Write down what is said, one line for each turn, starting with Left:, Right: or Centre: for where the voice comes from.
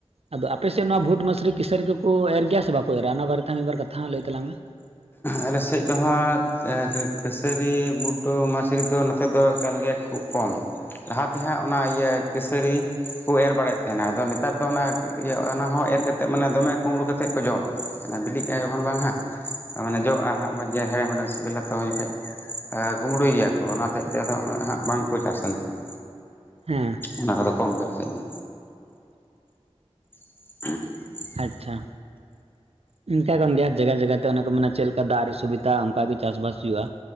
Right: ᱟᱫᱚ ᱟᱯᱮ ᱥᱮᱜ ᱱᱚᱣᱟ ᱵᱷᱩᱴ, ᱢᱟᱥᱨᱤ, ᱠᱤᱥᱟᱹᱨᱤ ᱠᱚᱠᱚ ᱮᱨ ᱜᱮᱭᱟ ᱥᱮ ᱵᱟᱠᱚ ᱮᱨᱟ! ᱚᱱᱟ ᱵᱟᱨᱮ ᱛᱮ ᱢᱤᱜ, ᱵᱟᱨ ᱠᱟᱛᱷᱟᱸ ᱞᱟᱹᱭ ᱛᱟᱞᱟᱝ ᱢᱮ᱾
Left: ᱟᱞᱮ ᱥᱮᱡ ᱫᱚ ᱦᱟᱸᱜ ᱮᱸ ᱠᱟᱹ-ᱠᱟᱹᱥᱟᱹᱨᱤ, ᱵᱩᱴᱚ ᱢᱟᱥ- -ᱥᱨᱤ ᱫᱚ ᱱᱚᱛᱮ ᱫᱚ ᱮᱠᱟᱞ ᱜᱮ ᱠᱷᱩᱵ ᱠᱚᱢ, ᱞᱟᱦᱟ ᱛᱮ ᱦᱟᱸ ᱚᱱᱟ ᱤᱭᱟᱹ ᱠᱟᱹᱥᱟᱹᱨᱤ ᱠᱳ ᱮᱨ ᱵᱟᱲᱟᱭᱮᱜ ᱛᱷᱮᱱᱟ ᱟᱫᱚ ᱱᱮᱛᱟᱨ ᱫᱚ᱾ ᱚᱱᱟ ᱤᱭᱟᱹ, ᱚᱱᱟᱦᱚᱸ ᱮᱨ ᱠᱟᱛᱮᱜ ᱢᱟᱱᱮ ᱫᱚᱢᱮ ᱠᱩᱸᱵᱽᱲᱩ ᱠᱟᱛᱮᱜ ᱠᱚ ᱡᱚᱢᱟ᱾ ᱵᱤᱞᱤᱜᱼᱟ ᱡᱚᱠᱷᱚᱱ ᱵᱟᱝ ᱦᱟᱸᱜ ᱢᱟᱱᱮ ᱡᱚᱜᱼᱟ ᱦᱟᱸᱜ ᱢᱚᱡᱽ ᱜᱮ ᱦᱮᱲᱮᱢ ᱦᱮᱲᱮᱢ ᱥᱤᱵᱤᱞᱟ ᱛᱚ ᱩᱱ ᱡᱚᱠᱷᱚᱡ ᱮ ᱠᱩᱢᱵᱽᱲᱩᱭ ᱜᱮᱭᱟ ᱠᱚ ᱚᱱᱟ ᱦᱚᱛᱮᱜ ᱛᱮ ᱟᱫᱚ ᱩᱱᱟᱹᱜ ᱦᱟᱸᱜ ᱵᱟᱝᱠᱚ ᱪᱟᱥᱟ ᱱᱚᱛᱮ ᱫᱚ
Right: ᱦᱩᱸ
Left: ᱚᱱᱟ ᱠᱚᱫᱚ ᱠᱚᱢ ᱜᱮ ᱟᱞᱮ ᱥᱮᱡ ᱫᱚ <unintelligible>
Right: ᱟᱪᱪᱷᱟ ᱤᱱᱠᱟ ᱠᱟᱱ ᱜᱮᱭᱟ ᱡᱟᱭᱜᱟ ᱡᱟᱭᱜᱟ ᱛᱮ ᱚᱱᱮ ᱠᱚ ᱢᱮᱱᱟ ᱪᱮᱫ ᱞᱮᱠᱟ ᱫᱟᱜ ᱨᱮ ᱥᱩᱵᱤᱫᱷᱟ ᱚᱱᱠᱟᱜᱮ ᱪᱟᱥᱵᱟᱥ ᱦᱩᱭᱩᱜᱼᱟ